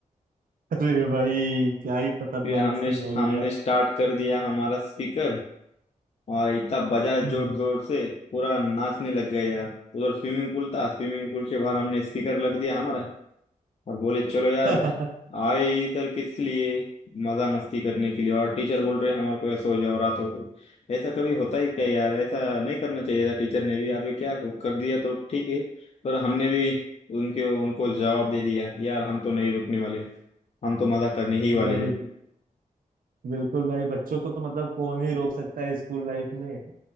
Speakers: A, on the right; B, on the left.
A: अरे भाई क्या ही खतरनाक
B: फिर हमने
A: सीन हो
B: हमने
A: गया
B: स्टार्ट कर दिया हमारा स्पीकर और इतना बजाए जोर
A: हम्म
B: जोर से पूरा नाचने लग गए यार उधर स्विमिंग पूल था स्विमिंग पूल के बाहर हमने स्पीकर लग दिया हमारा और बोले चलो यार
A: <laughs>
B: आए इधर किस लिए मजा मस्ती करने के लिए और टीचर बोल रहे हमारे को ऐसा हो जाओ रात हो गई ऐसा कभी होता ही क्या यार ऐसा नहीं करना चाहिए था टीचर ने भी अभी क्या कर दिया तो ठीक है पर हमने भी उनके उनको जवाब दे दिया यार हम तो नहीं रुकने वाले हम तो मजा करने ही वाले
A: नहीं
B: हैं
A: बिल्कुल भाई बच्चों को तो मतलब कौन ही रोक सकता है स्कूल लाइफ में